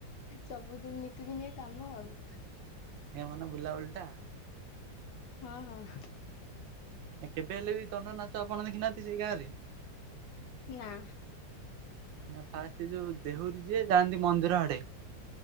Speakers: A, on the left; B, on the right.
A: ସବୁଦିନ ନିତିଦିନିଆ କାମ ଆଉ।
B: ଏ ମାନେ ବୁଲା, ବୁଲି ଟା।
A: ହଁ ହଁ।
B: କେବେ ହେଲେ ବି ଦଣ୍ଡ ନାଚ ଆପଣ ଦେଖି ନାହାନ୍ତି ସେଇ ଗାଁ ରେ?
A: ନାଁ।
B: ଆ ଫାଷ୍ଟ ଯୋଉ ଦେହୁରୀ ଯିଏ ଯାଆନ୍ତି ମନ୍ଦିର ଆଡେ଼।